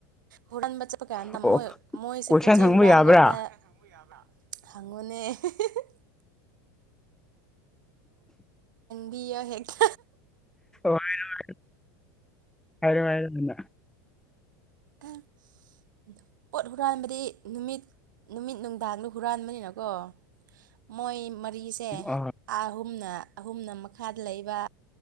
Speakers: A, on the right; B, in the centre.
A: ꯍꯨꯔꯥꯟꯕ ꯆꯠꯄ ꯀꯥꯟꯗ
B: ꯑꯣ
A: ꯃꯣꯏ ꯃꯣꯏꯁꯦ
B: ꯀꯣꯏꯁꯟ
A: ꯄꯣꯠ ꯆꯩꯩ
B: ꯍꯪꯕ
A: ꯍꯨꯔꯥꯟꯕ
B: ꯌꯥꯕ꯭ꯔꯥ
A: ꯀꯥꯟꯗ <unintelligible> ꯍꯪꯉꯣꯅꯦ <unintelligible> ꯄꯤꯌꯣ ꯍꯦꯛꯇ
B: ꯋꯥꯔꯤ ꯅꯨꯡꯉꯥꯏ ꯍꯥꯢꯔꯣ ꯍꯥꯢꯔꯣ ꯅꯪꯅ
A: <unintelligible> ꯄꯣꯠ ꯍꯨꯔꯥꯟꯕꯗꯤ ꯅꯨꯃꯤꯠ ꯅꯨꯃꯤꯠ ꯅꯨꯡꯗꯥꯡꯗ ꯍꯨꯔꯥꯟꯕꯅꯤꯅꯀꯣ ꯃꯣꯏ ꯃꯔꯤꯁꯤ ꯁꯦ
B: ꯑꯣ
A: ꯑꯥꯍꯨꯝꯅ ꯑꯍꯨꯝꯅ ꯃꯈꯥꯗ ꯂꯩꯕ